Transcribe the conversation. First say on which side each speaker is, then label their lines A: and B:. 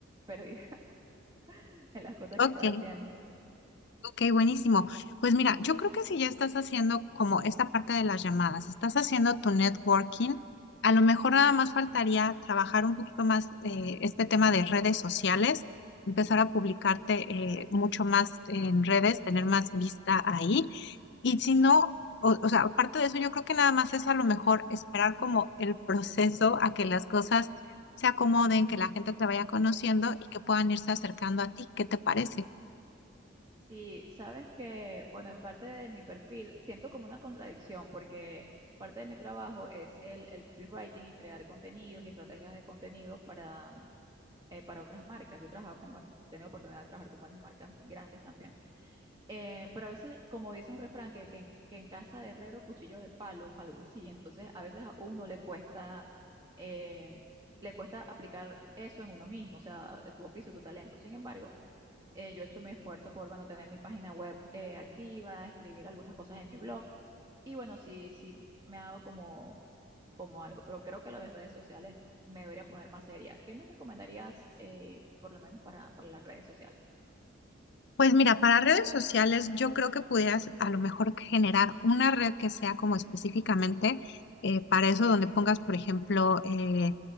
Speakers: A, on the right; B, on the left.
A: perdida <laughs> en las cosas
B: Ok.
A: que estaba haciendo.
B: Ok, buenísimo. Pues mira, yo creo que si ya estás haciendo como esta parte de las llamadas, estás haciendo tu networking, a lo mejor nada más faltaría trabajar un poquito más eh, este tema de redes sociales, empezar a publicarte eh, mucho más en redes, tener más vista ahí. Y si no, o, o sea, aparte de eso, yo creo que nada más es a lo mejor esperar como el proceso a que las cosas se acomoden, que la gente te vaya conociendo y que puedan irse acercando a ti. ¿Qué te parece?
A: Sí, sabes que, bueno, en parte de mi perfil siento como una contradicción porque parte de mi trabajo es el, el copywriting y crear contenidos y estrategias de contenido para, eh, para otras marcas. Yo he trabajado con, bueno, he tenido oportunidad de trabajar con buenas marcas grandes también. Eh, pero a veces, como dice un refrán, que, que, en que en casa de herrero, cuchillo de palo, algo así. Entonces, a veces a uno le cuesta, eh, le cuesta aplicar eso en uno mismo, o sea, tu oficio, tu talento. Sin embargo, eh, yo he hecho mi esfuerzo por, bueno, tener mi página web eh, activa, escribir algunas cosas en mi blog. Y bueno, sí, sí, me ha dado como, como algo, pero creo que lo de redes sociales me debería poner más seria. ¿Qué me recomendarías, eh, por lo menos para, para las redes sociales?
B: Pues mira, para redes sociales yo creo que pudieras a lo mejor generar una red que sea como específicamente eh, para eso donde pongas, por ejemplo, eh,